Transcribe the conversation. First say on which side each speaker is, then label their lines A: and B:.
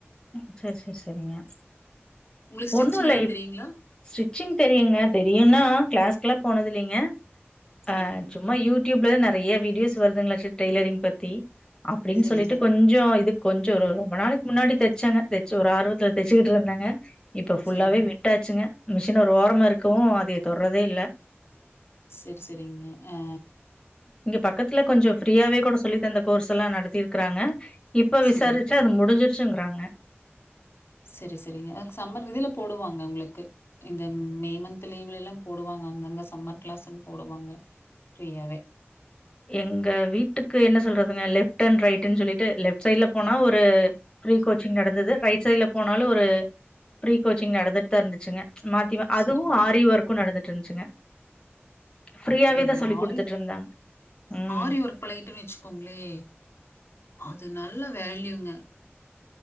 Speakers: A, on the left (about 20°); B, on the left (about 65°).
A: ம் சரி சரி சரிங்க
B: உங்களுக்கு ஸ்டிச்சிங்
A: ஒன்னு இல்ல
B: ஏதாவது
A: இப்
B: தெரியுங்களா?
A: ஸ்டிச்சிங் தெரியுங்க தெரியுனா கிளாஸ் க்ல்ல போனது இல்லைங்க
B: சரிங்க,
A: ஆ சும்மா யூ டியூப்ல நெறைய வீடியோஸ் வருதுங்களா டெய்லரிங்கி பத்தி அப்பிடின்
B: சரிங்க,
A: சொல்லிட்டு கொஞ்சோ இது கொஞ்சோ ஒரு ரொம்ப நாளைக்கு முன்னாடி தைச் ச்சங்க தெ ச்சி ஒரு ஆர்வத்துல தச்சிகிட்டு இருந்தங்க இப்ப ஃபுல்லாவே
B: சரிங்க.
A: விட்டாச்சிங்க மிஷின் ஒரு ஓரமா இருக்கவு அதே தொடர்றதே இல்ல
B: செர் செரிங்க ஆ
A: இங்க பக்கத்துல கொஞ்சோ ஃப்ரீயாவே கூட சொல்லி தந்த கோர்ஸ் எல்லா நடத்திருக்கறாங்க இப்ப விசாரிச்சா
B: சரிங்க.
A: அது முடிஞ்சி ச்சிங்கிறாங்க
B: சரி சரிங்க அ சம்மர் இதுல போடுவாங்க உங்களுக்கு இந்த மே மந்த் லீவுல எல்லா போடுவங்க அங்க அங்க சம்மர் கிளாஸ்னு போடுவாங்க ஃப்ரீயாவே
A: எங்க வீட்டுக்கு என்ன சொல்றதுங்க லெ ப்ட்டன் ரைட்ன்னு சொல்லிட்டு லெப்ட் சைடல போனா ஒரு ஃப்ரீ கோச்சிங் நடந்தது ரைட் சைட்ல போனாலு ஒரு ஃப்ரீ கோச்சிங் நடந்துட்டுதா இருந்துச்சிங்க மாத்திமா அதுவு
B: சரி
A: ஆரி ஒர்க் க்கு நடந்துட்டு இருந்துச்சுங்க ஃப்ரீயாவே
B: அப்படிங்களா
A: தா சொல்லி் குடுத்துட்டு
B: ஆரி
A: இருந்தாங்க ம்.
B: ஆரி ஒர்க் பழகிட்டோன்னு வச்சுக்கோங்களே அது நல்ல வேல்யூங்க